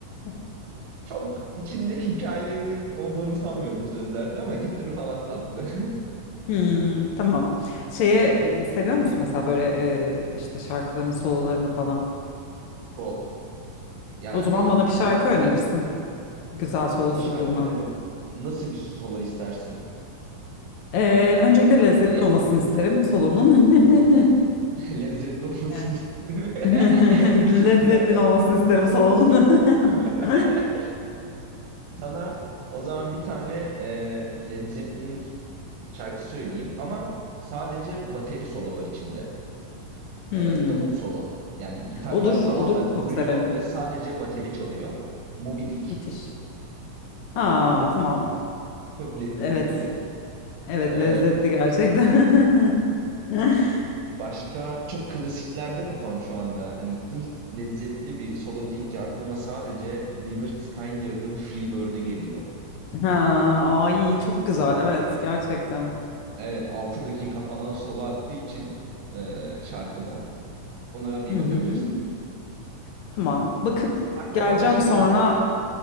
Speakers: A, on the left; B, on the right.
A: <laughs>
B: Çok içinde hikayenin olduğunu sanmıyorum sözlerde ama gitarı falan tatlı.
A: Hmm, tamam. Şeye m, seviyor musun mesela böyle e, işte şarkıların sololarını falan?
B: <laughs> Çok. Yani
A: O zaman bana bir şarkı
B: inanılmaz
A: önerirsin.
B: hazırım.
A: Güzel solosu
B: Bir şarkı
A: bulunan.
B: önerim. Nasıl bir solo istersin?
A: Ee, öncelikle
B: Hareketli,
A: lezzetli olmasını isterim solonun.
B: lezzetli.
A: <laughs>
B: <laughs> Lezzetli olmasını
A: Evet.
B: isterim. <laughs>
A: <laughs> Led
B: Bir
A: Zeppelin
B: dakika.
A: olmasını isterim salonun.
B: <laughs>
A: <laughs>
B: Sana o zaman bir tane e, Led Zeppelin şarkı söyleyeyim ama sadece bateri solo var içinde.
A: Hmm.
B: E, davul solo. Yani gitarlar
A: Olur,
B: tamamen
A: olur. Çok
B: duruyor
A: severim.
B: ve sadece bateri çalıyor. Moby Dick.
A: Müthiş.
B: Bu
A: Ha,
B: çok
A: tamam.
B: çok lezzetlidir.
A: Evet. Evet,
B: E,
A: lezzetli gerçekten. <laughs>
B: Başka çok klasiklerde kafam şu anda. Hani ilk lezzetli bir solo deyince aklıma sadece Lynyrd Skynyrd'ın Freebird'ü geliyor.
A: Ha, ay çok güzel. Evet, gerçekten.
B: Evet 6 dakika falan solo attığı için e, şarkıda ona bir
A: Hı hı.
B: bakabilirsin.
A: Tamam. Bakıp
B: Sen
A: geleceğim
B: de bana söyler
A: sonra.
B: misin?